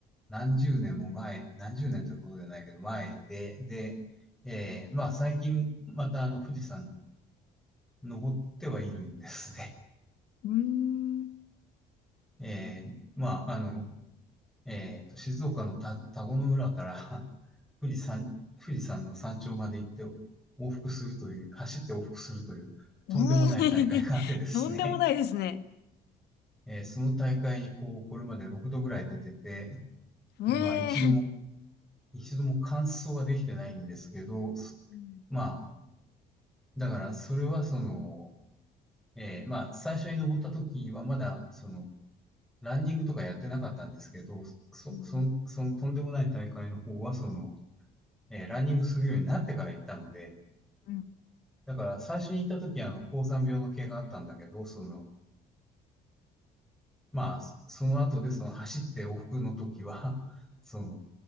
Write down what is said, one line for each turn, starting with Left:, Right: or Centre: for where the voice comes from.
Centre: 何十年も前、何十年ということじゃないけど、前で、で、えーまあ、最近、また、あの、富士山、登ってはいるんですね。
Left: うーん。
Centre: <laughs> えーまあ、あの、えーと、静岡のた田子の浦から <laughs> 富士山、富士山の山頂まで行って、往復するという、走って往復するという、とんでもない大会があってですね。
Left: ええ <laughs> とんでもないですね。
Centre: えーその大会に、こう、これまで6度ぐらい出てて、
Left: ええ
Centre: で、まあ、一度も、一度も完走ができてないんですけど、そ
Left: うん、
Centre: まあ、だからそれはその、えーまあ、最初に登った時はまだ、その、ランニングとかやってなかったんですけど、そ、
Left: うん、
Centre: その、そのとんでもない大会の方は、その、えーランニングするようになってから行ったので、
Left: うん、
Centre: だから最初に行った時は、あの、高山病の系があったんだけど、その、まあ、その後でその走って往復の時は、その、